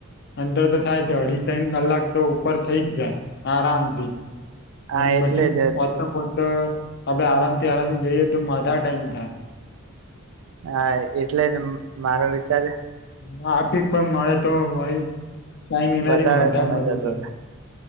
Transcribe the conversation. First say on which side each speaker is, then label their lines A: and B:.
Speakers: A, on the left; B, on the right.
A: અંતર તો થાય છે. અઢી ત્રણ કલાક તો ઉપર થઈ જ જાય આરામથી.
B: હા
A: અને
B: એટલે
A: પછી
B: જ
A: પોતા પોતા આપે આરામથી આરામથી જઈએ તો માધા ટાઈમ થાય.
B: હા એટલે જ મારો વિચાર
A: માફિક પણ મળે તો મળી કઈ મહિનાથી
B: વધારે
A: વધા
B: સમય
A: વધી
B: જતો
A: જાય.
B: રે